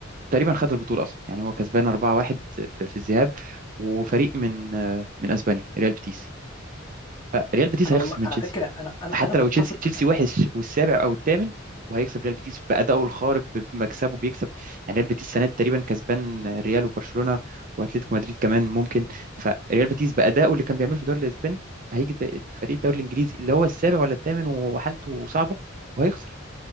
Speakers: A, on the right; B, on the left.
A: تقريبا خد البطولة أصلا يعني هو كسبان 4-1 في في الذهاب وفريق من آه، من أسبانيا ريال بيتيس فريال بيتيس
B: انا
A: هيخسر
B: والله
A: من
B: على
A: تشيلسي
B: فكره انا انا
A: حتى
B: انا متفق
A: لو تشيلسي تشيلسي وحش والسابع أو الثامن وهيكسب ريال بيتيس بأدائه الخارق بمكسبه بيكسب يعني ريال بيتيس السنة دي تقريبا كسبان ريال وبرشلونة وأتلتيكو مدريد كمان ممكن فريال بيتيس بأدائه اللي كان بيعمله في الدوري الأسباني هيجي د- فريق الدوري الإنجليزي اللي هو السابع ولا الثامن وحالته صعبة وهيخسر